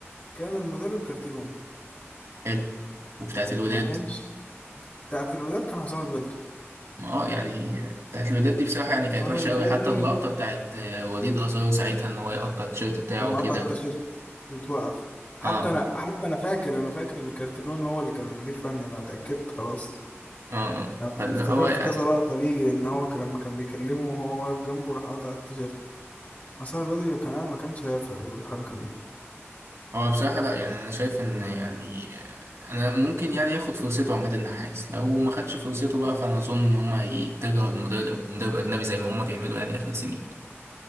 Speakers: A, on the left; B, on the right.
A: كان المدرب كارتيرون
B: حلو وبتاعت الوداد
A: ما كانش بتاعت الولاد كان حسام البدري
B: ما اه يعني بتاعت الوداد دي بصراحة يعني كانت
A: حسام
B: وحشة
A: البدري
B: قوي حتى اللقطة بتاعت آه، وليد أزارو ساعتها ان هو يقطع التيشيرت بتاعه
A: لما
B: وكده
A: قطع التيشيرت وتوقف حتى
B: اه
A: انا حتى انا فاكر انا فاكر ان كارتيرون هو اللي كان المدير فني انا اتاكدت خلاص
B: اه آه.
A: انا
B: فاللي
A: افتكرت
B: هو يعني
A: كذا لقطه ليه ان هو كان- لما كان بيكلمه وهو واقف جنبه راح قطع التيشيرت حسام البدري لو كان قاعد ما كانش هيوافق بالحركه دي
B: هو بصراحة لا يعني أنا شايف إن يعني أنا ممكن يعني ياخد فرصته عماد النحاس لو ما خدش فرصته بقى فأنا أظن إن هما يتجهوا لمدرب مدرب أجنبي زي ما هما بيعملوا يعني آخر سنين